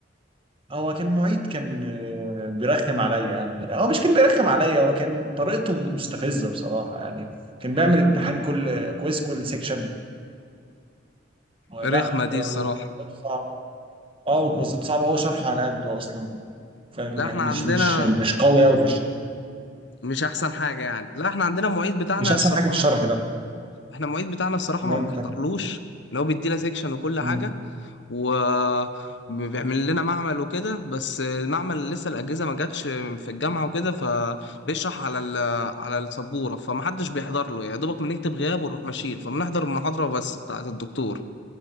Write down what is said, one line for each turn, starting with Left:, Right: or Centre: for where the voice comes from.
Right: هو كان معيد كان آه، بيرخم عليا انا من الآخر. هو مش كان بيرخم عليا هو كان طريقته مستفزه بصراحه يعني كان بيعمل امتحان كل كويز كل سيكشن
Left: رخمة
Right: لا
Left: دي
Right: و-
Left: الصراحة
Right: وكويزاته صعبه اه وكويزاته صعبه هو شرحه على قده اصلا فاهم
Left: لا احنا
Right: يعني مش
Left: عندنا
Right: مش مش قوي قوي في الشرح
Left: مش احسن حاجه يعني لا احنا عندنا المعيد بتاعنا
Right: مش احسن
Left: الصراحه
Right: حاجه في الشرح
Left: ما...
Right: لا
Left: احنا المعيد بتاعنا الصراحه
Right: المواد
Left: ما بنحضرلوش ان هو بيدينا سيكشن وكل
Right: ده
Left: حاجه وبيعمل لنا معمل وكده بس المعمل لسه الاجهزه ما جاتش في الجامعه وكده فبيشرح على ال... على السبوره فمحدش بيحضر له يا دوبك بنكتب غياب ونروح ماشيين فبنحضر المحاضره بس بتاعت الدكتور